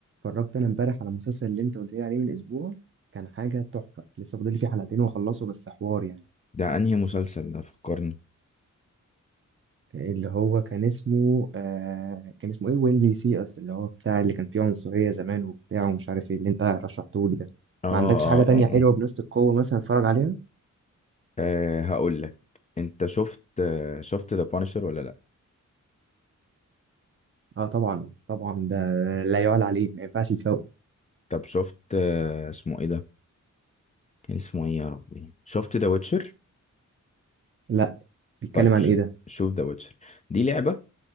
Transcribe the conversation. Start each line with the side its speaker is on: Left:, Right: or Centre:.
Right: اتفرجت انا امبارح على المسلسل اللي انت قلت لي عليه من اسبوع كان حاجه تحفه لسه فاضل لي فيه حلقتين واخلصه بس حوار يعني
Left: ده انهي مسلسل ده فكرني
Right: اللي هو كان اسمه آه كان اسمه ايه وين زي سي اس اللي هو بتاع اللي كان فيه عنصريه زمان وبتاع ومش عارف ايه اللي انت رشحته لي ده
Left: اه
Right: ما عندكش
Left: اه
Right: حاجه تانية
Left: اه
Right: حلوه
Left: اه,
Right: بنفس القوه مثلا اتفرج عليها
Left: آه هقول لك انت شفت آه شفت ذا بانشر ولا لا
Right: اه طبعا طبعا ده لا يعلى عليه ما ينفعش يتفوق
Left: طب شفت آه اسمه ايه ده كان اسمه ايه يا ربي شفت ذا ويتشر
Right: لا بيتكلم
Left: طيب
Right: عن
Left: شوف
Right: ايه ده
Left: شوف ذا ويتشر دي لعبة